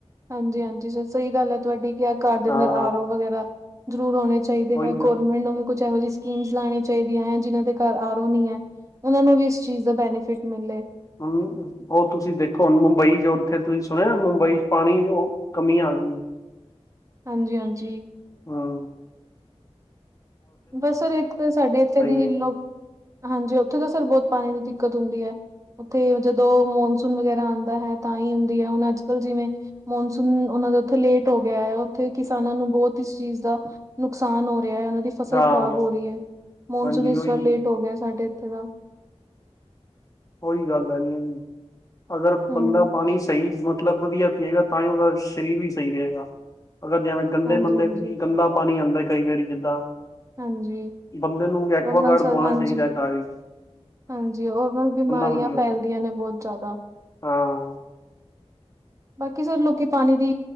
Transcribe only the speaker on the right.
ਹਾਂਜੀ ਹਾਂਜੀ ਸਰ ਸਹੀ ਗੱਲ ਐ ਤੁਹਾਡੀ ਕਿ ਆ ਘਰ ਦੇ
ਅੰਦਰ ਆਰੋ ਵਗੈਰਾ ਜ਼ਰੂਰ ਆਉਣੇ ਚਾਹੀਦੇ
ਐ
ਗੌਰਰਮੈਂਟ ਨੂੰ ਵੀ ਕੁੱਝ ਇਹੋ ਜਿਹੀ ਸਕੀਮਜ਼ ਲੈਣੀ ਚਾਹੀਦੀਆਂ ਐ ਜਿਨ੍ਹਾਂ ਦੇ ਘਰ ਆਰੋ ਨੀ ਐ, ਉਹਨਾਂ ਨੂੰ ਵੀ ਇਸ ਚੀਜ਼ ਦਾ ਬੈਨੀਫਿਟ ਮਿਲੇ।
ਹਾਂਜੀ-ਹਾਂਜੀ,
ਬਸ ਸਰ ਇੱਕ ਤਾਂ ਸਾਡੇ ਇੱਥੇ ਦੀ
ਈ ਹਾਂਜੀ ਉੱਥੇ ਤਾਂ ਸਰ ਬੋਤ ਪਾਣੀ ਦੀ ਦਿੱਕਤ ਹੁੰਦੀ ਐ। ਉੱਥੇ ਜਦੋਂ ਮੌਨਸੂਨ ਵਗੈਰਾ ਆਦਾ ਹੈ ਤਾਂ ਈ ਹੁੰਦੀ ਐ ਹੁਣ ਅੱਜ ਕੱਲ੍ਹ ਜਿਵੇਂ ਮੌਨਸੂਨ ਉਹਨਾਂ ਦਾ ਉੱਥੇ ਲੇਟ ਹੋ ਗਿਆ ਐ ਉੱਥੇ ਕਿਸਾਨਾਂ ਨੂੰ ਬੋਤ ਇਸ ਚੀਜ਼ ਦਾ, ਨੁਕਸਾਨ ਹੋ ਰਿਆ ਉਹਨਾਂ ਦੀ ਫਸਲ
ਖ਼ਰਾਬ ਹੋ ਰੀ ਐ ਮੌਨਸੂਨ
ਇਸ
ਵਾਰ ਲੇਟ ਹੋ ਗਿਆ ਸਾਡੇ ਇੱਥੇ ਦਾ
ਹੂੰ,
ਹਾਂਜੀ-ਹਾਂਜੀ,
ਹਾਂਜੀ
ਉਹਦੇ ਨਾਲ ਸਰ
ਹਾਂਜੀ,
ਹਾਂਜੀ ਔਦੋ ਬਿਮਾਰੀਆਂ
ਫੈਲਦੀਆਂ ਨੇ ਬਹੁਤ ਜ਼ਿਆਦਾ
ਬਾਕੀ ਸਰ ਲੋਕੀ ਪਾਣੀ ਦੀ